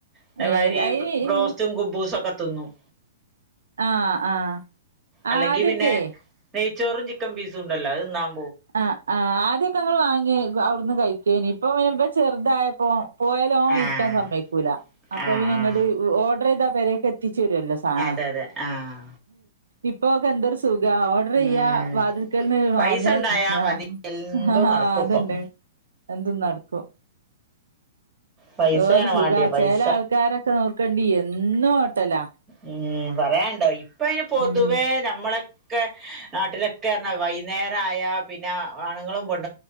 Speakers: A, on the right (about 20°); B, on the right (about 80°).
A: അതേമാതിരി
B: ഏ, അയിന്
A: ബ്രോസ്റ്റും
B: ഇൻ-
A: കുബൂസൊക്കെ തിന്നും.
B: ആ ആ
A: അല്ലെങ്കി
B: ആദ്യൊക്കെ
A: പിന്നെ നെയ്ച്ചോറും ചിക്കൻ പീസും ഉണ്ടല്ലോ? അത് തിന്നാം
B: ആ ആ ആച് ആദ്യക്കെ നമ്മള് വാങ്ങി അവിടുന്ന് കഴിക്കുവായിനു. ഇപ്പൊ പിന്നെ ഇപ്പൊ ചെറുതായപ്പോ പോയാലും ഓൻ
A: ആഹ്
B: ഇരിക്കാൻ സമ്മയിക്കൂല. അപ്പൊ
A: ആഹ്
B: പിന്നങ്ങിട്ട്
A: ആഹ്
B: ഓർഡർ ചെയ്താ വരെക്കെ ത്തിച്ചേരുവല്ലോ സാനം.
A: അതെ അതെ ആഹ്
B: ഇപ്പൊക്കെന്തൊരു സു സുഖാ. ഓർഡർ ചെയ്യ,
A: ഉം
B: വാതിൽക്കൽന്ന് വാങ്ങ,
A: പൈസ ഉണ്ടായാ
B: ആ
A: മതി എന്തും നടക്കും
B: അതന്നെ
A: ഇപ്പം
B: എന്തും നടക്കും.
A: പൈസയാണ്
B: എന്തോരു സുഖാ.
A: വേണ്ടിയെ പൈസ
B: ചെല ആൾക്കാരൊക്കെ നോക്കണ്ടി എന്നും ഹോട്ടലാ
A: ഉം പറയാണ്ടോ ഇപ്പ അയ്ന് പൊതുവേ
B: ഉം
A: നമ്മളെ ക്കെ നാട്ടിലൊക്കെർഞ്ഞാ വൈന്നേരായാ പിന്നെ ആണുങ്ങളും പെൺ